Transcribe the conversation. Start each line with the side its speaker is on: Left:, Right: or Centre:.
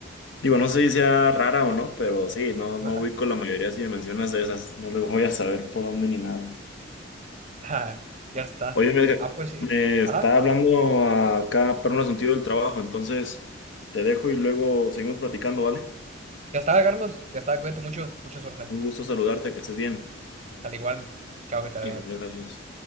Left: digo, no sé si sea rara o no, pero sí, no, no
Right: Ajá.
Left: ubico la mayoría si me mencionas de esas, no le voy a saber por dónde ni nada.
Right: Ajá. Ya está.
Left: Oye, me,
Right: Ah, pues sí.
Left: me
Right: Ajá.
Left: está hablando acá para un asunto del trabajo, entonces te dejo y luego seguimos platicando, ¿vale?
Right: Ya está, Carlos. Ya está. Cuídate mucho. Mucha suerte.
Left: Un gusto saludarte, que estés bien.
Right: Al igual, chao, que te vaya
Left: Igual,
Right: bien.
Left: gracias.